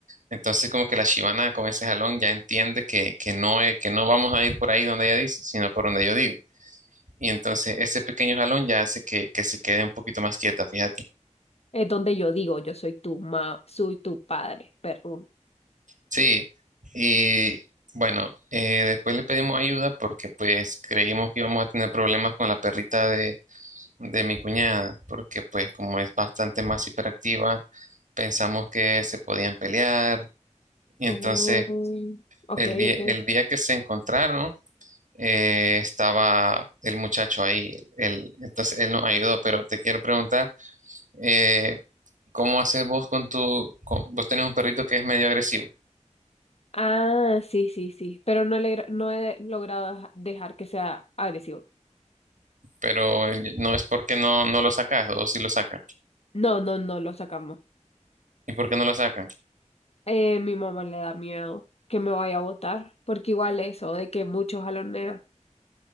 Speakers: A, on the right; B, on the left.
A: Entonces, como que la chivana con ese jalón ya entiende que, que no, es- que no vamos a ir por ahí donde ella dice, sino por donde yo digo. Y entonces ese pequeño jalón ya hace que, que se quede un poquito más quieta, fíjate.
B: Es donde yo digo, yo soy tu ma, soy tu padre, perrún.
A: Sí, y bueno, eh, después le pedimos ayuda porque pues creímos que íbamos a tener problemas con la perrita de de mi cuñada, porque pues como es bastante más hiperactiva, pensamos que se podían pelear y
B: Oh,
A: entonces
B: ok,
A: el día,
B: ok.
A: el día que se encontraron eh, estaba el muchacho ahí, él, entonces él nos ayudó, pero te quiero preguntar, eh, ¿cómo haces vos con tu, con- vos tenés un perrito que es medio agresivo,
B: Ah, sí, sí, sí. Pero no, le, no he logrado dejar que sea agresivo.
A: pero eh, no es porque no, no lo sacas o si lo sacan?
B: No, no, no, lo sacamos.
A: ¿Y por qué no lo sacan?
B: Eh, mi mamá le da miedo que me vaya a votar, porque igual eso, de que muchos jalonea.